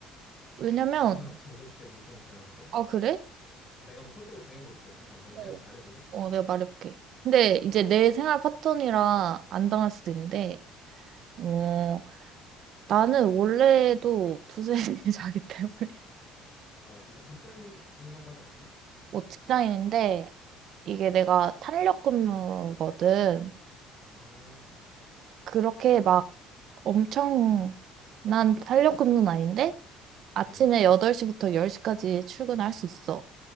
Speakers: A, on the right (about 55°); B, on the left (about 35°).
A: 왜냐면,
B: 나는 아침 6시에 무조건 기상인데.
A: 아, 그래?
B: 내가 한번 설득을 당해볼게. 한번 먼저
A: 어.
B: 해보, 말해볼래?
A: 어, 내가 말해볼게. 근데 이제 내 생활 패턴이라 안 당할 수도 있는데, 어, 나는 원래도 두세 시에 <laughs> 자기 때문에.
B: 어 진짜 직장인이라고 하지 않았나?
A: 뭐 직장인인데, 이게 내가 탄력 근무거든.
B: 아
A: 그렇게
B: 혹시
A: 막 엄청, 난 탄력근무는 아닌데, 아침에
B: 음,
A: 8시부터 10시까지 출근할 수 있어.